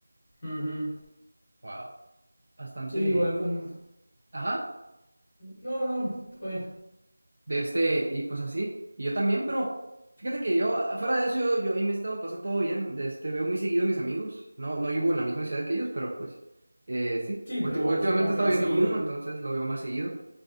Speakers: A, on the left; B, on the right.
A: Ujú.
B: Wow. Bastante.
A: Sí, igual con...
B: Ajá.
A: No, no, todo bien.
B: De este, y pues así. Y yo también, pero fíjate que yo, fuera de eso, yo, yo ahí me he estado pasando todo bien. De este, veo muy seguido a mis amigos. No, no vivo en la misma ciudad que ellos, pero pues eh, sí.
A: Sí,
B: Ulti-
A: pero
B: últimamente
A: supongo
B: he estado
A: que va
B: viviendo
A: seguido.
B: con uno, entonces lo veo más seguido.